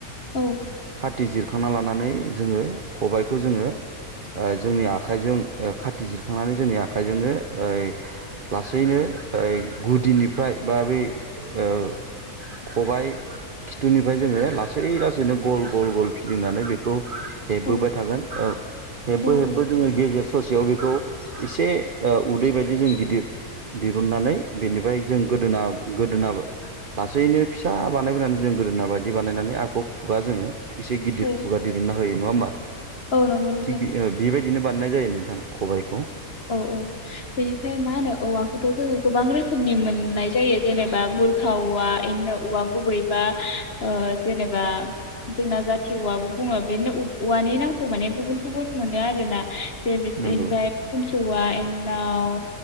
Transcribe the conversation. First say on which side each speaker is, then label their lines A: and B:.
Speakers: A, on the left; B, on the right.
A: औ
B: खाथिजिर सुखांना लानानै जोङो खबायाइखौ जोङो जोंनि आखाइजों ओ खाथि जिरखांनानै जोंनि आखाइजोंनो ओ लासैनो ओ गुदिनिफ्राय बा बै ओ खबाय खिथुनिफ्राय जोङो लासै लासैनो गल गल गल फिदिंनानै बेखौ हेबोबाय
A: औ
B: थागोन औ हेबबो
A: औ
B: हेबबो जोङो गेजेर ससे याव बेखौ एसे उदै बायदि जों गिदिर दिरुननानै बेनिफ्राय जों गोदोना गोदोनाबो लासैनो फिसा बानायबोनानै जों गोदोना बायदि बानायनानै आखौ खुगा जोङो एसे गिदिर
A: औ
B: खुगा दिरहुनना होयो नङा होनबा
A: औ नंगौ नोंथां
B: थिग ओ बेबाय दिनो बानाय नाय जायो नोंथां खबाइखौ।
A: औ औ बेनिफ्राय मा होनो औवाखौथ' जोङो गोबां रोखोमनि मोननाय जायो जेनेबा बुरखा औवा बेदिनो औवा गुबैबा ओ जेनेबा जोंना जाथि औवाबो बुङो बेनो औवानि नामखौ माने गुबुन गुबुन मोनो आरोना। <unintelligible>
B: नंगौ
A: औवा एनिउनाव